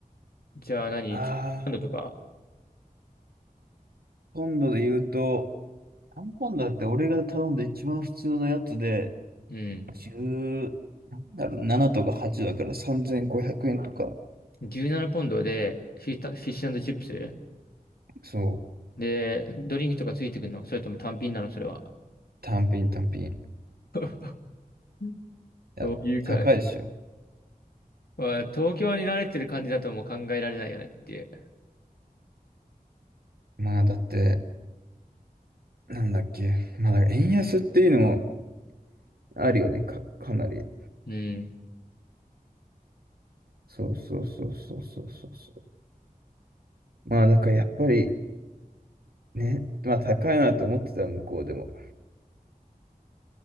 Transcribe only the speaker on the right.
あー、
ポンドで言うと、何ポンドだって俺が頼んで一番普通のやつで、
1なんだろう、7とか8だから3500円とか、
そう、
単品単品。い
や、
高いでしょ。
まあだって、なんだっけ。まあ、だから円安っていうのもあるよね。か、かなり。
そうそうそうそうそうそうそう。まあ、だからやっぱりね、まあ高いなって思ってた、向こうでも。